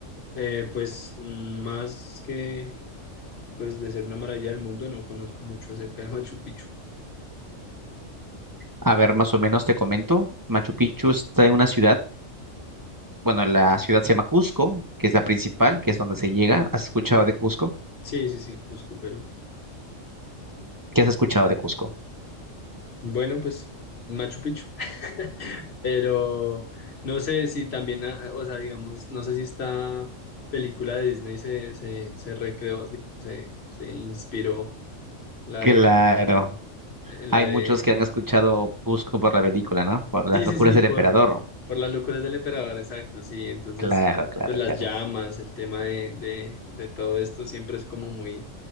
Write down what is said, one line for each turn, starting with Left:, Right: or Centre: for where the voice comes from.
Left: Eh, pues mm, más que pues de ser una maravilla del mundo, no conozco mucho acerca de Machu Picchu.
Right: A ver, más o menos te comento. Machu Picchu está en una ciudad, bueno, la ciudad se llama Cusco, que es la principal, que es donde se llega. ¿Has escuchado de Cusco?
Left: Sí, sí, sí, Cusco, Perú.
Right: ¿Qué has escuchado de Cusco?
Left: Bueno, pues Machu Picchu. <laughs> Pero no sé si también, ah, o sea, digamos, no sé si esta película de Disney se, se, se recreó, digamos, se, se inspiró la
Right: Claro,
Left: de, la
Right: hay
Left: de
Right: muchos que han escuchado Cusco por la película, ¿no? Por las
Left: Sí,
Right: locuras
Left: sí, sí,
Right: del
Left: por,
Right: emperador.
Left: por las locuras del emperador, exacto, sí. Entonces,
Right: Claro, claro,
Left: pues las
Right: claro.
Left: llamas, el tema de, de, de todo esto siempre es como muy,